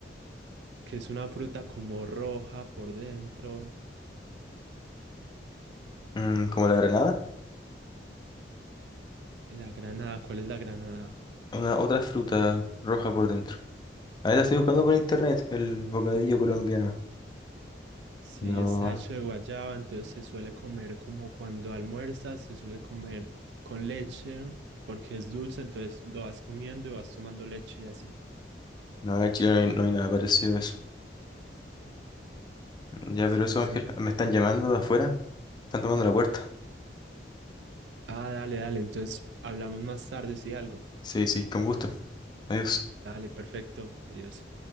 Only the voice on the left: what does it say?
Mm, ¿como la granada?
Una otra fruta roja por dentro. ahí la estoy buscando por internet, el bocadillo colombiano.
No,
no, acá en Chile no hay, no hay nada parecido a eso. Ya,
pero eso,
Ángel, me están llamando de afuera. Están tomando la puerta.
Sí, sí, con gusto. Adiós.